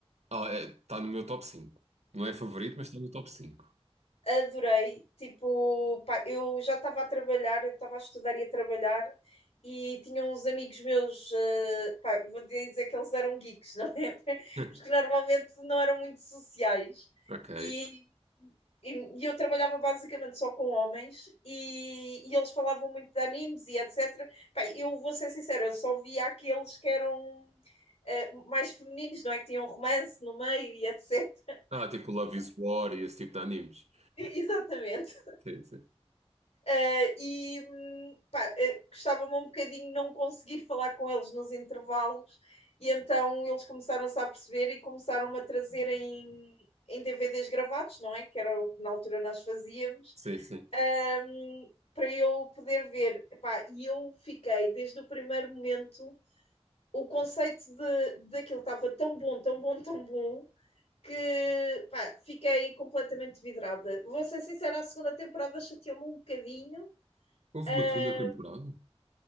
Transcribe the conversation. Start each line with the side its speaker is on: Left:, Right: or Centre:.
Right: Ah, está no meu top cinco. Não é favorito, mas está no top 5.
Left: adorei. Tipo, pá, eu já estava a trabalhar, eu estava a estudar e a trabalhar, e tinha uns amigos meus, eh, pá, vou dizer que eles eram geeks, não é? <laughs>
Right: <laughs>
Left: Porque normalmente não eram muito sociais.
Right: Ok.
Left: E, e, e eu trabalhava basicamente só com homens, e, e eles falavam muito de animes e etc. Pá, eu vou ser sincera, eu só via aqueles que eram. eh, mais femininos, não é? Que tinham romance no meio e etc.
Right: Ah, tipo Love is War e esse tipo de animes.
Left: <laughs> Exatamente.
Right: Sim, sim.
Left: Uh, e hum, pá, uh, gostava-me um bocadinho não conseguir falar com eles nos intervalos, e então eles começaram-se a perceber e começaram-me a trazer em, em DVDs gravados, não é? Que era o que na altura nós fazíamos,
Right: Sim, sim.
Left: um, para eu poder ver. Epá, e eu fiquei desde o primeiro momento, o conceito de, daquilo estava tão bom, tão bom, tão bom. Que pá, fiquei completamente vidrada. Vou ser sincera, a segunda temporada chateou-me um bocadinho,
Right: Houve
Left: Uh,
Right: uma segunda temporada?